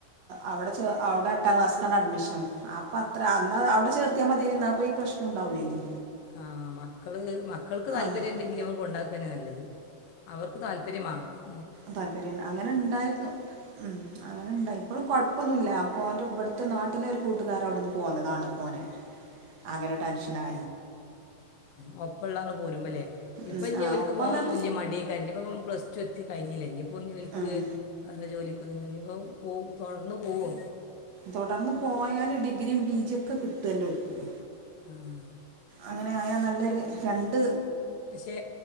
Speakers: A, on the right; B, on the left.
A: അവടെ ചെ അവടെ എട്ടാം ക്ലാസ്സ്ക്കാണ് അഡ്മിഷൻ. അപ്പൊ അത്ര അന്നത് അവിടെ ചേർത്തിയാ മതിയായ്ന്നു ന്നാപ്പോ ഈ പ്രശ്നം ഉണ്ടാവൂലായിന്നി
B: ആ മക്കള് മക്കൾക്ക് താല്പര്യണ്ടെങ്കി
A: ആ
B: നമ്മള് കൊണ്ടാക്കന്നെല്ലത് അവർക്ക് താല്പര്യമാ ആ
A: താല്പര്യണ്ട അങ്ങനെണ്ടായിരുന്നു. ഉം അങ്ങനെണ്ടായി ഇപ്പഴും കൊഴ് പ്പൊന്നുല്ല. ല്ല അപ്പൊ ഓന്റെ വ്ട്ത്തെ നാട്ടിലെ ഒരു കൂട്ടുകാരവ്ടെന്ന് പോന്നതാണ് പ്പോന്. ആകെരു ടെൻഷ <unintelligible>
B: ആ ഒപ്പള്ളാള് പോരുമ്പോല്ലേ ഇപ്പ
A: ഉം
B: ഞ്ഞ്
A: ആ
B: ഓൽക്ക്
A: ഒപ്പം
B: പോവാ
A: തന്നെ
B: വല്യ മടി അയ്ക്കാരം. ഞ്ഞി പ്പൊ ഓൻ പ്ലസ് ടു എത്തി കഴിഞ്ഞില്ല ഇഞ്ഞി പ്പൊ ഞ്ഞി ഓൽക്ക്
A: ഉം
B: വേറെ ജോലിയൊക്കെ <unintelligible> പോവും. തൊടർന്ന്പോവോ?
A: തുടർന്ന് പോയാൽ ഡിഗ്രിയും പി ജി ഒക്കെ കിട്ടല്ലോൽക്ക്.
B: ആ
A: അങ്ങനെ ആയാ നല്ലൊരു ഫ്രണ്ട്
B: ഷേ